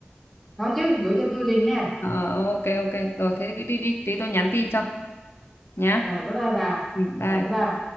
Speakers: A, in the centre; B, on the left (about 85°).
A: có chứ gửi cho tôi liền nha
B: ờ ok ok rồi thế cứ đi đi tí tôi nhắn tin cho nhá
A: rồi bye bye bà
B: ừ, bye
A: rồi bye bye